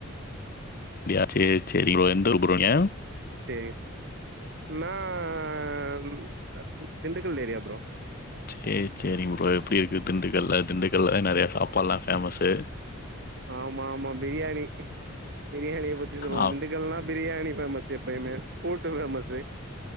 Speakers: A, on the left (about 40°); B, on the right (about 50°).
A: அப்டியா சேர் சேரி ப்ரோ எந்தூர் ப்ரோ நீங்க
B: சேரியா நான் திண்டுக்கல் ஏரியா ப்ரோ
A: சேரி சேரிங் ப்ரோ எப்டி இருக்கு திண்டுக்கல்லா திண்டுக்கல்ல தா நெறைய சாப்பாட்லா ஃபேமஸ்ஸு
B: ஆமா ஆமா பிரியாணி பிரியாணிய பத்தி சொல்லனு
A: ஆ
B: திண்டுக்கல்னா பிரியாணி ஃபேமஸு எப்பையுமே ஃப்ரூட்டு ஃபேமஸு